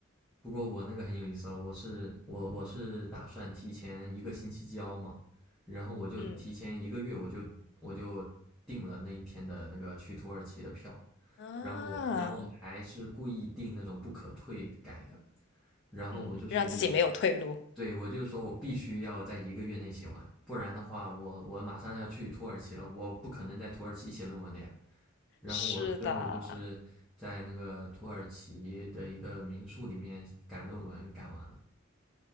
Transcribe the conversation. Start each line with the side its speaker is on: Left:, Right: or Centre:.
Centre: 不过我那个很有意思了，我是我我是打算提前一个星期交嘛，然后我就提前一个月我就我就订了那一天的那个去土耳其的票，
Left: 嗯啊，
Centre: 然后然后我还是故意订那种不可退改的，然后我就说我
Left: 嗯，让自己没有退路。
Centre: 对，我就是说我必须要在一个月内写完，不然的话我，我马上要去土耳其了，我不可能在土耳其写论文的呀。然后我最后就是在那个土耳其的一个民宿里面赶论文，
Left: 是的，
Centre: 赶完了。